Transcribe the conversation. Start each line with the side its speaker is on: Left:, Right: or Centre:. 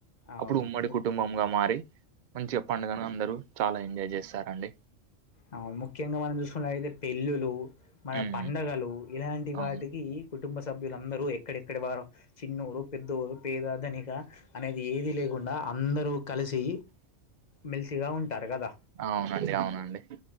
Left: అవును
Right: అప్పుడు ఉమ్మడి
Left: ముఖ్య
Right: కుటుంబంగా అండి మంచి పండగను అందరు చాలా ఎంజాయ్ చేస్తారండి
Left: ఆ ముఖ్యంగా మనం చూసుకున్నవయితే పెళ్ళులు మన
Right: ఉమ్
Left: పండగలు ఇలాంటి వాటికి
Right: అవును
Left: కుటుంబ స సభ్యులందరూ ఎక్కడెక్కడ వారు చిన్నూరు పెద్దూరు పేద దనిక అనేది ఏది లేకుండా అందరూ కలిసి మెలిసిగా ఉంటారు కదా
Right: అవునండి అవునండి